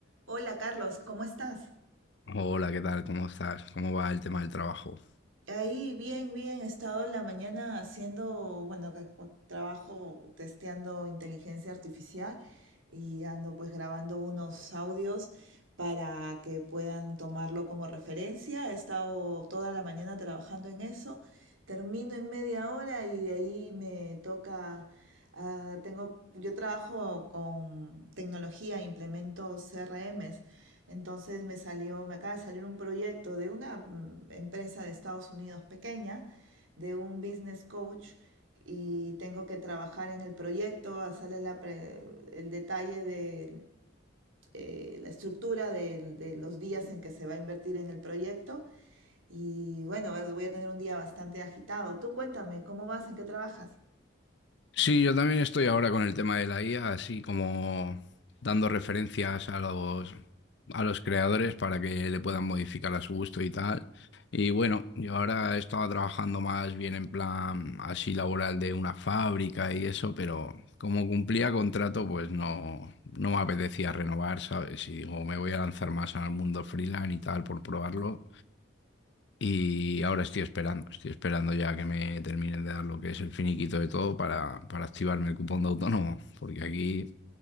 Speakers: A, on the right; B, on the left.
A: Hola Carlos, ¿cómo estás?
B: Hola, ¿qué tal? ¿Cómo estás? ¿Cómo va el tema del trabajo?
A: Ahí bien, bien, he estado en la mañana haciendo, bueno, que cu- trabajo testeando inteligencia artificial y ando pues grabando unos audios para que puedan tomarlo como referencia. He estado toda la mañana trabajando en eso, termino en media hora y de ahí me toca, ah, tengo, yo trabajo con tecnología, implemento CRMs. Entonces me salió, me acaba de salir un proyecto de una mm, empresa de Estados Unidos pequeña, de un business coach, y tengo que trabajar en el proyecto, hacerle la pre- el detalle de eh, la estructura del- de los días en que se va a invertir en el proyecto. Y bueno, voy a tener un día bastante agitado. Tú cuéntame, ¿cómo vas? ¿En qué trabajas?
B: Sí, yo también estoy ahora con el tema de la IA, así como dando referencias a los, a los creadores para que le puedan modificar a su gusto y tal. Y bueno, yo ahora estaba trabajando más bien en plan así laboral de una fábrica y eso, pero como cumplía contrato, pues no, no me apetecía renovar, ¿sabes? Y digo, me voy a lanzar más al mundo freelance y tal por probarlo. Y ahora estoy esperando, estoy esperando ya que me terminen de dar lo que es el finiquito de todo para, para activarme el cupón de autónomo, porque aquí,